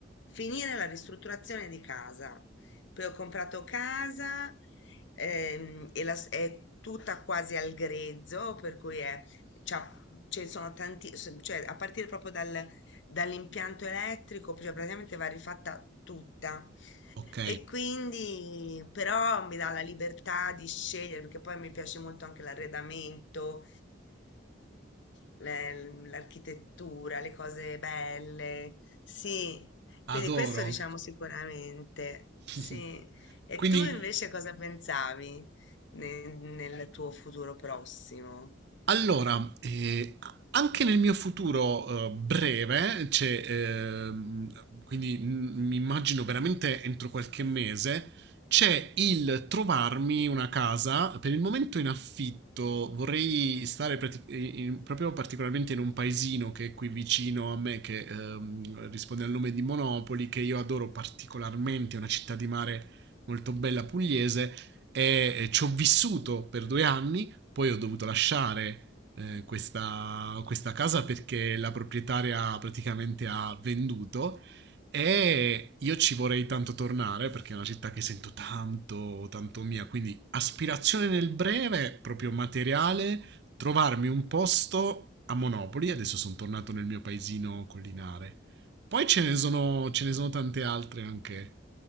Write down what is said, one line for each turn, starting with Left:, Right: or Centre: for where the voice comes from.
Left: finire la ristrutturazione di casa. Poi ho comprato casa ehm, e la s- è tutta quasi al grezzo, per cui è, c'ha- ce sono tanti, s- cioè a partire proprio dal- dall'impianto elettrico, cioè praticamente va rifatta tutta.
Right: <laughs> ok,
Left: E quindi però mi dà la libertà di scegliere, perché poi mi piace molto anche l'arredamento, le- l'architettura, le cose belle, sì, quindi
Right: adoro.
Left: questo diciamo sicuramente,
Right: <laughs>
Left: sì. E
Right: Quindi
Left: tu invece cosa pensavi ne- nel tuo futuro prossimo?
Right: Allora, eh, anche nel mio futuro eh, breve, c'è, ehm, quindi mm, mi immagino veramente entro qualche mese, c'è il trovarmi una casa, per il momento in affitto, vorrei stare prati- in- proprio particolarmente in un paesino che è qui vicino a me, che ehm, risponde al nome di Monopoli, che io adoro particolarmente, è una città di mare molto bella pugliese e eh, ci ho vissuto per due anni poi ho dovuto lasciare eh, questa, questa casa perché la proprietaria praticamente ha venduto e io ci vorrei tanto tornare perché è una città che sento tanto, tanto mia. Quindi aspirazione nel breve, proprio materiale, trovarmi un posto a Monopoli. Adesso sono tornato nel mio paesino collinare. Poi ce ne sono, ce ne sono tante altre anche